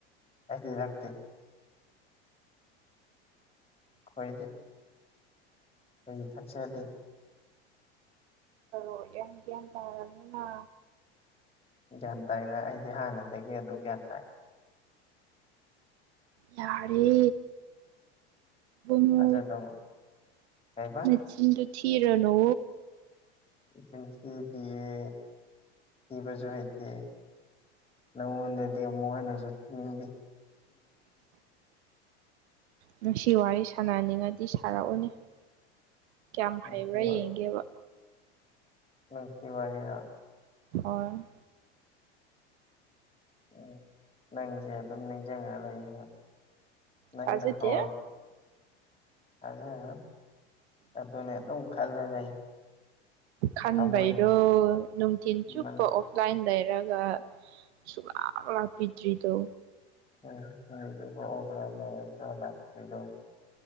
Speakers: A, on the left; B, on the right.
A: ꯑꯩꯗꯤ ꯍꯛꯇꯦ ꯀꯣꯏꯗ ꯑꯩꯗꯤ ꯊꯥꯛꯆꯗꯦ
B: ꯣ ꯌꯦꯡꯒꯤꯦꯟ ꯇꯔꯅꯤꯅꯥ
A: ꯒ꯭ꯌꯥꯟ ꯇꯥꯏꯅ ꯑꯩꯗꯤ ꯍꯥꯟꯅꯗꯒꯤ ꯑꯗꯨꯝ ꯒ꯭ꯌꯥꯟ ꯇꯥꯏ
B: ꯌꯥꯔꯦ ꯃꯨ
A: ꯊꯥꯖꯗꯧ ꯀꯩꯕ
B: ꯅꯆꯤꯟꯗꯨ ꯊꯤꯔ ꯅꯣ
A: ꯏ ꯊꯤ ꯗꯌꯦ ꯊꯤꯕꯁꯨꯨ ꯍꯥꯏꯛꯇꯦ ꯅꯪꯉꯣꯟꯗꯗꯤ ꯑꯃꯨꯛ ꯍꯥꯏꯅꯁꯨ ꯊꯅꯤꯡꯗꯦ
B: ꯅꯨꯡꯁꯤ ꯋꯥꯔꯤ ꯁꯥꯟꯅꯅꯤꯡꯉꯗꯤ ꯁꯥꯔꯛꯎꯅꯦ ꯀꯌꯥꯝ
A: ꯅꯨꯡꯁꯤ
B: ꯍꯩꯕ꯭ꯔꯥ ꯌꯦꯡꯒꯦꯕ
A: ꯅꯨꯡꯁꯤ ꯋꯥꯔꯤꯗ
B: ꯍꯣꯏ
A: ꯎꯝ ꯅꯪꯁꯦ ꯑꯗꯨꯝ ꯅꯤꯡꯁꯤꯡꯉ ꯂꯩꯌꯦ ꯅꯪꯗ
B: ꯊꯥꯖꯗꯦ
A: ꯍꯧꯔ ꯍꯥꯏ ꯑꯗꯨꯅꯦ ꯑꯗꯨꯝ ꯈꯜꯂꯅ ꯂꯩ
B: ꯈꯥꯟꯕꯩꯔꯣ
A: ꯊꯃꯣꯏꯅꯦ
B: ꯅꯨꯡꯊꯤꯟ
A: ꯃꯅ
B: ꯆꯨꯞꯄ ꯑꯣꯐ ꯂꯥꯏꯟ ꯂꯩꯔꯒ ꯁꯨꯛꯂꯥꯛꯞ ꯂꯥꯛꯄꯤꯗ꯭ꯔꯤꯗꯣ
A: ꯎꯝ ꯑꯣꯕ꯭ꯔ ꯂ ꯆ ꯂꯥꯛꯄꯤꯔ